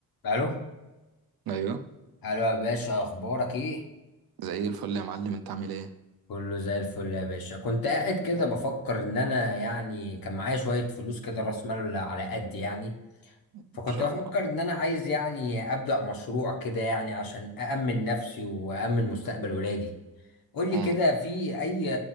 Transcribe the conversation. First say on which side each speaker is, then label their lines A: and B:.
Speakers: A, on the left (about 70°); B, on the right (about 75°).
A: الو
B: ايوه
A: الو يا باشا اخبارك ايه
B: زي الفل يا معلم انت عامل ايه
A: كله زي الفل يا باشا كنت قاعد كده بفكر ان انا يعني كان معايا شوية فلوس كده راس مال على قد يعني
B: ان
A: فكنت
B: شاء
A: بفكر
B: الله
A: ان انا عايز يعني ابدأ مشروع كده يعني عشان أأمن نفسي وأأمن مستقبل ولادي قول لي
B: امم
A: كده في اي